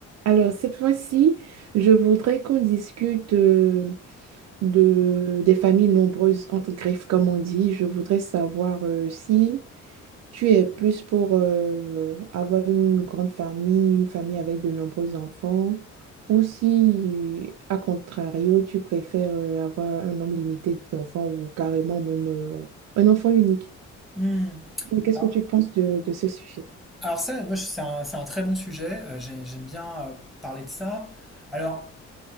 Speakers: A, on the right; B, in the centre.
A: Alors, cette fois-ci, je voudrais qu'on discute euh, de, des familles nombreuses, entre griffes, comme on dit. Je voudrais savoir euh, si tu es plus pour euh, avoir une grande famille, une famille avec de nombreux enfants, ou si, euh, à contrario, tu préfères euh, avoir un nombre limité d'enfants ou carrément même euh, un enfant unique.
B: Hmm.
A: Qu'est-ce
B: Alors,
A: que tu penses de, de ce sujet?
B: alors ça, moi, je- c'est un, c'est un très bon sujet. euh, j'ai- j'aime bien euh, parler de ça. Alors,